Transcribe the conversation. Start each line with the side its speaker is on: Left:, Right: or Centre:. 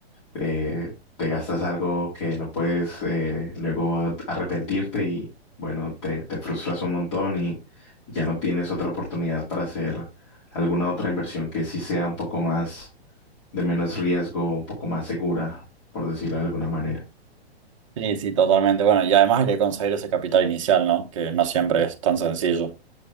Left: eh, te gastas algo que no puedes eh, luego a- arrepentirte y bueno, te, te frustras un montón y ya no tienes otra oportunidad para hacer alguna otra inversión que sí sea un poco más de menos riesgo, un poco más segura, por decirlo de alguna manera.
Right: Sí, sí, totalmente. Bueno, y además hay que conseguir ese capital inicial, ¿no? Que no siempre es tan sencillo.